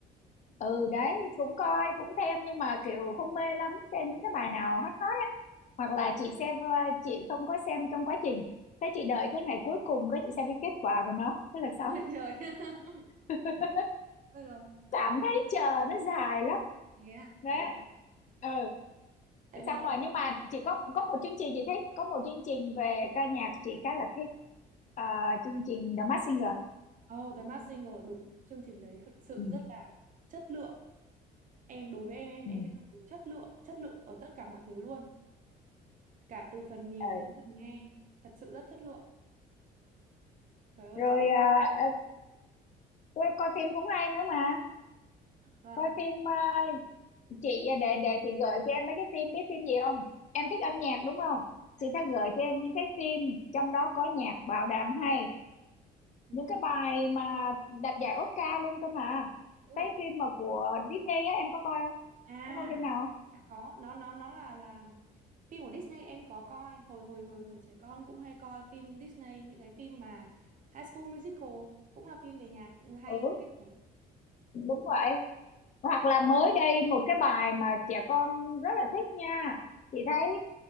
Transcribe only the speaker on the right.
Ừ.
Ôi trời. <laughs>
Ôi rồi.
Thế à?
Rồi.
Tại vì
Ờ, The Masked Singer đúng, chương trình đấy thực sự
rất là chất lượng. Em đối với em em
em sẽ dùng từ chất lượng, chất lượng ở tất cả mọi thứ luôn, cả từ phần nhìn
đến phần nghe, thật sự rất chất lượng. Trời ơi
trông
vâng.
Dạ.
Ừ.
Ồ.
À,
đã có, nó nó nó là là phim của Disney em có coi, hồi hồi hồi hồi trẻ con cũng hay coi phim Disney những cái phim mà High School Musical cũng là phim về nhạc hay
kinh khủng.
<laughs>